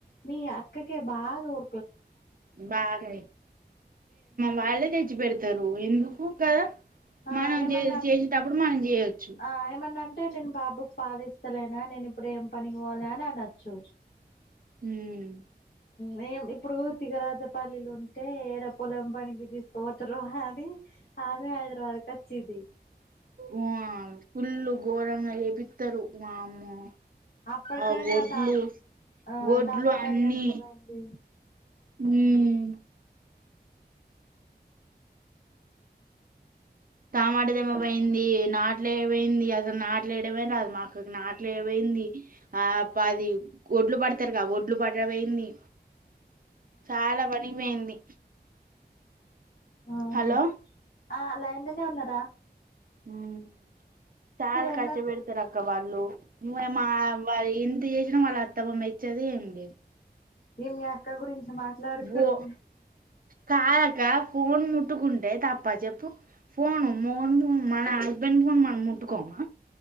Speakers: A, on the left (about 60°); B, on the right (about 55°).
A: మీ అక్కక బాగా ఉ
B: బాగా వాళ్ళే తెచ్చి పెడుత రు ఎందుకు కద
A: ఆ
B: మనం
A: ఏమన్నా
B: చేసేటప్పుడు
A: అంటే
B: మనం చేయొచ్చు
A: ఆ ఏమన్నా అంటే నేను బాబుకు బాలిస్తలేను రానేను ఇప్పుడు ఏం పనికి పోవ లే అనొచ్చు
B: ఉమ్
A: మేం ఇప్పుడు తిగరాజపల్లిిలో ఉంటే ఏడ పొలం పనికి తీసుకుపోతారో అనీ ఆమె హైదరాబాద్ కచ్చిందీ
B: ఓ ఆ ఫుళ్ళు ఘోరంగ చెపిత్తరు వామ్మో
A: అప్పటికైనా
B: ఆ ఒడ్లు
A: ట ఆ
B: ఒడ్లు
A: టమాటాలు
B: అన్నీ
A: తెంపవేయింది
B: ఉమ్
A: ఊ
B: తమాట తెంపపోయింది నాట్లే పోయింది అసలు నాట్లేయడమనా రాదు మాకు నాట్లే పోయింది ఆది ఒడ్లు పడతారు క ఒడ్లు పడ పోయింది చాలా పనికిపోయింది
A: ఆహా
B: హలో
A: ఆ లైన్లనే ఉన్నరా
B: ఊ చాల
A: ఎన్నో
B: కస్ట బేడతరక్క వాళ్లు నువ్వె మో ఆ వ ఇ చేసిన వాళ్ళ అత్తమ మెచ్చది ఏములేదు
A: ఏ మీ అక్క గురించి మాట్లాడుకుంటే
B: ఓ కాదక్క ఫోన్ ముట్టుకుంటే తప్పచెప్పు ఫోను మోన్ మన హస్బెండ్ ఫోన్ మనం ముట్టుకోమా